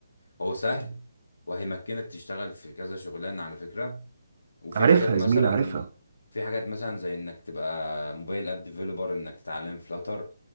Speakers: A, on the left; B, on the right.
A: هو سهل وهيمكنك تشتغل في كذا شغلانة على فكرة وفي
B: عارفها
A: حاجات مثلا
B: يا زميلي عارفها
A: في حاجات مثلا زي انك تبقى موبايل اب ديفلوبر انك تتعلم فلاتر